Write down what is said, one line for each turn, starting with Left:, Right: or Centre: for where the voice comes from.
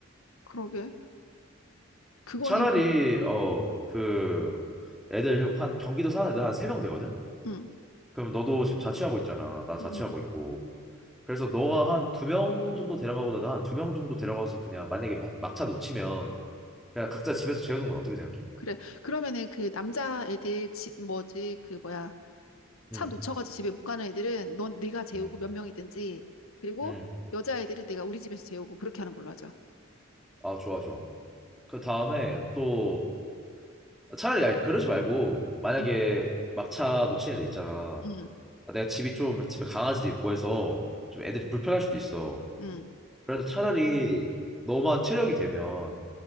Left: 그러게. 그거는,
Centre: 차라리 어, 그 애들 한 경기도 사는 애들 한 세 명 되거든?
Left: 음,
Centre: 그럼 너도 지금 자취하고 있잖아. 나 자취하고
Left: 음,
Centre: 있고. 그래서 너가 한 두 명 정도 데려가고 나도 한 두 명 정도 데려가서 그냥 만약에 막, 막차 놓치면 그냥 각자 집에서 재우는 건 어떻게 생각해?
Left: 그래. 그러면은 그 남자 애들, 집 뭐지, 그 뭐야, 차
Centre: 응,
Left: 놓쳐가지고 집에 못 가는 애들은 넌 네가 재우고
Centre: 응,
Left: 몇 명이든지, 그리고
Centre: 응.
Left: 여자 애들은 내가 우리 집에서 재우고 그렇게 하는 걸로 하자.
Centre: 아, 좋아, 좋아. 그 다음에 또 차라리 아니, 그러지 말고 만약에
Left: 음,
Centre: 막차 놓친 애들 있잖아.
Left: 음,
Centre: 아, 내가 집이 좀 집에 강아지도 있고 해서 좀 애들이 불편할 수도 있어.
Left: 음.
Centre: 그래서 차라리 너만 체력이 되면